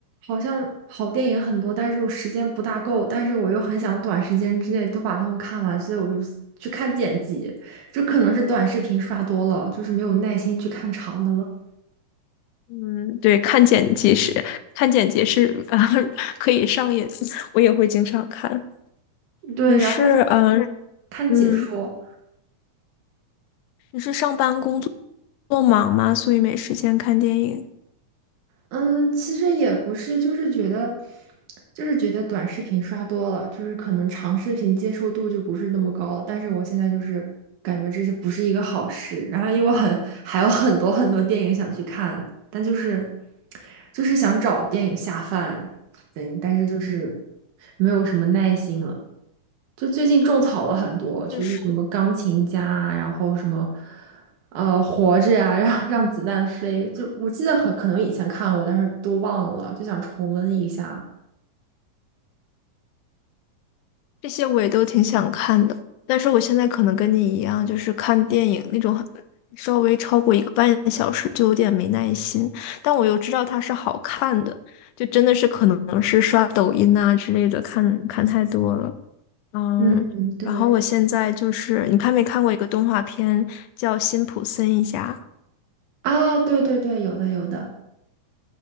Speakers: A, on the right; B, on the left.
A: 好像好电影很多，但是我时间不大够，但是我又很想短时间之内都把它们看完，所以我就去看剪辑，就可能是短视频刷多了，就是没有耐心去看长的了。
B: 嗯，对，看剪辑是看剪辑是啊、呃 <laughs> 可以上瘾，我也会经常看。
A: 对，
B: 你是嗯、
A: 然后
B: 呃
A: 看解说。
B: 嗯，上班工作忙吗？所以没时间看电影。
A: 嗯，其实也不是，就是觉得，就是觉得短视频刷多了，就是可能长视频接受度就不是那么高了。但是我现在就是感觉这是不是一个好事。然后因为我很还有很多很多电影想去看，但就是就是想找电影下饭，对，但是就是没有什么耐心了。就最近种草了很多，就是什么钢琴家啊然后什么，
B: 就是
A: 呃，活着呀、让让子弹飞，就我记得很可能以前看过，但是都忘了，就想重温一下。
B: 这些我也都挺想看的，但是我现在可能跟你一样，就是看电影那种很稍微超过一个半小时就有点没耐心，但我又知道它是好看的，就真的是可能是刷抖音啊之类的看看太多了。嗯，
A: 嗯，嗯对，
B: 然后我现在就是，你看没看过一个动画片叫《辛普森一家》？
A: 啊，对对对，有的有的，